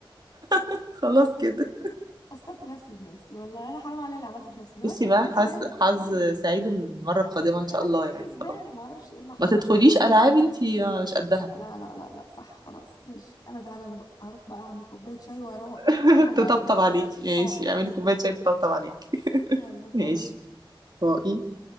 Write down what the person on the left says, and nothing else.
<laughs> خسرت نفسي بنفسي والله انا حرام عليا اللي عملته في نفسي ده ما
انا كنت
كسبانة
ما
انا
كنت
كسبانة
ما اعرفش ايه اللي حصل
لا لا لا لا لا صح خلاص ماشي انا زعلانة بقى هروح بقى اعمل كوباية شاي واروق
كده عشان انا زعلانة
اه
بالظبط
يلا باي